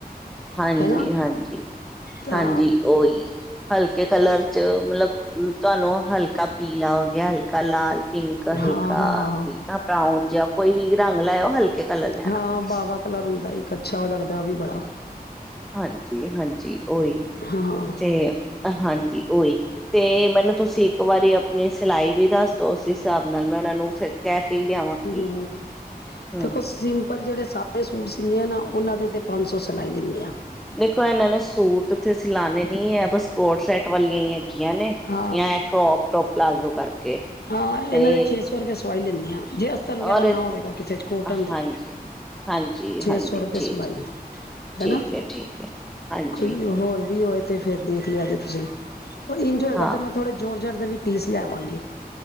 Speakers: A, in the centre; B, on the left (about 85°).
A: ਹਾਂਜੀ
B: ਹੈਨਾ
A: ਹਾਂਜੀ
B: ਹਾਂ
A: ਹਾਂਜੀ ਉਓਹੀ ਹਲਕੇ ਕਲਰ ਚ ਮਤਲਬ ਤੁਹਾਨੂੰ ਹਲਕਾ ਪੀਲਾ ਹੋ ਗਿਆ ਹਲਕਾ ਲਾਲ ਪਿੰਕ ਹਲਕਾ
B: ਹਾਂ ਹਾਂ ਹਾਂ
A: ਬਰਾਊਨ ਜਾਂ ਕੋਈ ਵੀ ਰੰਗ ਲੈਓ ਹਲਕੇ ਕਲਰ ਲੈਣਾ
B: ਹਾਂ
A: ਬਸ
B: ਬਾਵਾ ਕਲਰ ਹੁੰਦਾ ਇੱਕ ਅੱਛਾ ਉਹ ਲੱਗਦਾ ਉਹ ਵੀ ਬੜਾ
A: ਹਾਂਜੀ ਹਾਂਜੀ ਓਹੀ
B: ਹਾਂ
A: ਤੇ ਹਾਂਜੀ ਓਹੀ ਤੇ ਮੈਨੂੰ ਤੁਸੀਂ ਇੱਕ ਵਾਰੀ ਆਪਣੀ ਸਿਲਾਈ ਵੀ ਦੱਸ ਦੋ ਉਸ ਹਿਸਾਬ ਨਾਲ ਮੈਂ ਉਹਨਾਂ ਨੂੰ ਫਿਰ ਕਹਿ ਕੇ
B: <unintelligible>
A: ਲਿਆਵਾਂਗੀ
B: ਤੇ
A: ਹਮ
B: ਕੁਛ ਸਿਮ ਲ ਜਿਹੜੇ ਸਾਦੇ ਸੂਟ ਸਿਂਦੇ ਆ ਨਾ ਉਹਨਾਂ ਦੇ ਤੇ ਪੰਜ ਸੌ ਸਿਲਾਈ ਲੈਂਦੇ ਆ
A: ਦੇਖੋ ਇਹਨਾਂ ਨੇ ਸੂਟ ਤੇ ਸਿਲਾਣੇ ਨਹੀਂ ਹੈ ਬਸ ਕੋਟ ਸੈਟ ਵਾਲੀਆਂ ਹੀ ਹੈ ਹੈਗਿਆ ਨੇ
B: ਹਾਂ
A: ਜਾਂ ਇਹ ਕਰੋਪ ਟੋਪ ਪਲਾਜ਼ੋ ਕਰਕੇ
B: ਹਾਂ ਇਹਨਾਂ
A: ਤੇ
B: ਦੇ ਛੇ ਸੌ ਰੁਪਏ ਸਵਾਈ ਲੈਂਦੇ ਆ ਜੇ ਅਸਤਰ ਵਗੈਰਾ
A: ਔਰ
B: ਨਾ ਹੋਵੇਗਾ ਕਿਸੇ ਕੋਟਨ ਦਾ
A: ਹਾਂਜੀ, ਹਾਂਜੀ,
B: ਛੇ
A: ਹਾਂਜੀ
B: ਸੌ ਰੁਪਏ
A: ਠੀਕ,
B: ਸਲਾਈ
A: ਠੀਕ
B: ਹੈਨਾ
A: ਹੈ, ਠੀਕ ਹੈ। ਹਾਂਜੀ,
B: ਕੋਈ ਹੋਰ ਵੀ ਹੋਏ ਤੇ ਫੇਰ ਦੇਖ ਲਿਆ ਜੇ ਤੁਸੀਂ ਇੰਝ ਹੋਇਗਾ
A: ਹਾਂ।
B: ਤੇ ਮੈਂ ਥੋੜੇ ਜੋਰਜਟ ਦੇ ਵੀ ਪੀਸ ਲੈਵਾਂਗੇ